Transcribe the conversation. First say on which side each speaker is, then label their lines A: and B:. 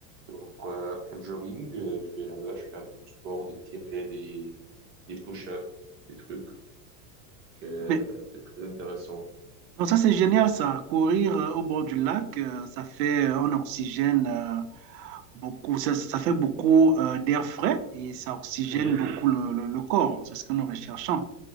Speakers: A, on the right (about 25°); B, on the right (about 80°).
A: Donc euh, après le jogging, euh, je vais là-bas, je fais un peu de sport, des tirets, des, des push-ups, des trucs. que
B: Mais,
A: c'est très intéressant.
B: donc ça, c'est génial, ça. Courir euh, au bord du lac, euh, ça fait euh, un oxygène. euh, beaucoup, ça, ça fait beaucoup euh, d'air frais et ça oxygène
A: Mhm.
B: beaucoup le, le- le corps. C'est ce que nous recherchons.